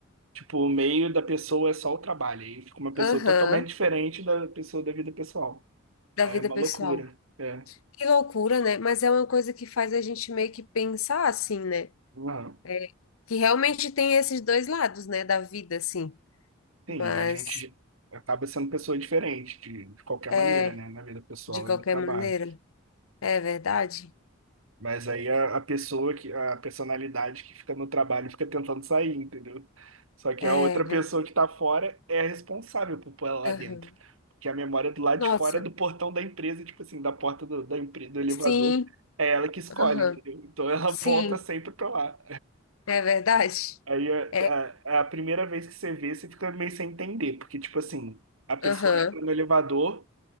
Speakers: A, on the right (about 80°); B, on the left (about 85°).
A: tipo, o meio da pessoa é só o trabalho. Aí fica uma pessoa
B: aham,
A: totalmente diferente da pessoa da vida pessoal.
B: da
A: Aí
B: vida
A: é uma
B: pessoal.
A: loucura. É.
B: Que loucura, né? Mas é uma coisa que faz a gente meio que pensar assim, né?
A: Uhum.
B: É, que realmente tem esses dois lados, né, da vida, assim.
A: Sim,
B: Mas,
A: a gente acaba sendo pessoa diferente, de, de qualquer maneira,
B: é,
A: né? Na vida pessoal
B: de qualquer
A: e no trabalho.
B: maneira, é verdade?
A: Mas aí a, a pessoa que, a personalidade que fica no trabalho fica tentando sair, entendeu? Só que
B: É,
A: a outra
B: ver-
A: pessoa que tá fora é a responsável por pôr ela lá
B: aham.
A: dentro. Porque a memória do lado
B: Nossa,
A: de fora é do portão da empresa, tipo assim, da porta do, da empresa, do elevador,
B: sim,
A: é ela que escolhe,
B: aham,
A: entendeu? Então ela
B: sim,
A: <laughs> volta sempre pra lá.
B: é verdade?
A: Aí
B: É,
A: a, a, a primeira vez que você vê, você fica meio sem entender, porque, tipo assim, a pessoa
B: aham,
A: entra no elevador